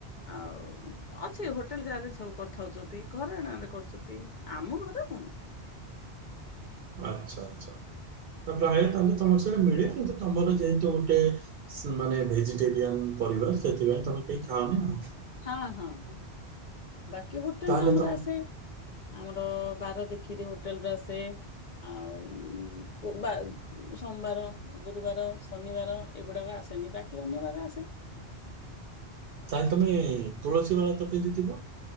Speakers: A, on the left; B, on the right.
A: ଆଉ ଅଛି, ହୋଟେଲ ଯାକରେ ଅଛି ସବୁ କରିଥାଉଛନ୍ତି, ଘରେ ନହେଲେ କରୁଛନ୍ତି ଆମ ଘରେ ହଉନି।
B: ଆଚ୍ଛା ଆଚ୍ଛା, ପ୍ରାୟ ତାହେଲେ ତମ ସେଡେ ମିଳେ କିନ୍ତୁ ତମର ଯେହେତୁ ଗୋଟେ ମାନେ ଭେଜିଟେରିଆନ ପରିବାର, ସେଥିପାଇଁ ତମେ କେହି ଖାଅନି ଆଉ।
A: ହଁ ହଁ ହଁ ବାକି ହୋଟେଲ
B: ତାହେଲେ
A: ରୁ ଆମର
B: ତମ
A: ଆସେ। ଆମର ବାର ଦେଖିକି ଯଉ ହୋଟେଲ ରୁ ଆସେ ଆଉ ସୋମବାର, ଗୁରୁବାର, ଶନିବାର ଏଗୁଡାକ ଆସେନି ବାକି ଅନ୍ୟ ବାରରେ ଆସେ।
B: ତାହେଲେ ଲେ ତମେ ତୁଳସୀ ମାଳ ତ ପିନ୍ଧିଥିବ।